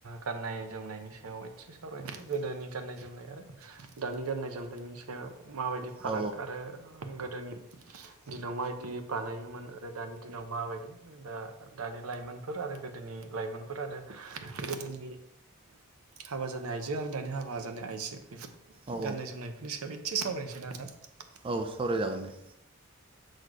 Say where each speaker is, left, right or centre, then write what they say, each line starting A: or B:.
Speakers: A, on the right; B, on the right.
A: गाननाय जोमनायनि सायाव एसे सावरायनोसै गोदोनि गाननाय जोमनाय आरो दानि गाननाय जोमनायनि सायाव। माबायदि फाराग
B: औ
A: आरो गोदोनि दिनाव माबायदि बानायोमोन आरो दानि दिनाव माबायदि दा ओ दानि लाइमोनफोर आरो गोदोनि लाइमोनफोर आरो गोदोनि हाबा जानाय आइजो आरो दानि हाबा जानाय आइजो बेफोर
B: औ
A: गाननाय जोमनायफोरनि सायाव एसे सावरायनोसै <unintelligible>
B: औ सावरायजागोन दे।